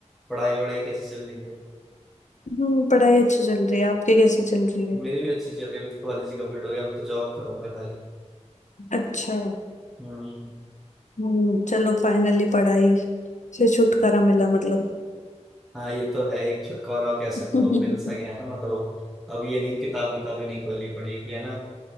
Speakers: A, in the centre; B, on the left.
A: पढ़ाई वढ़ाई कैसे चल रही है
B: हम्म, पढ़ाई अच्छी चल रही है आपकी कैसी चल रही है
A: मेरी भी अच्छी चल रही है अभी तो कॉलेज ही कंप्लीट हो गया अब तो जॉब करूंगा खाली
B: अच्छा
A: हम्म
B: हम्म चलो फाइनली पढ़ाई से छुटकारा मिला मतलब
A: हाँ ये तो है एक छुटकारा कह सकते
B: <laughs> हम्म
A: हो मिल सा गया है ना मतलब अब ये नहीं किताब किताबें नहीं खोलनी पड़ेगी है ना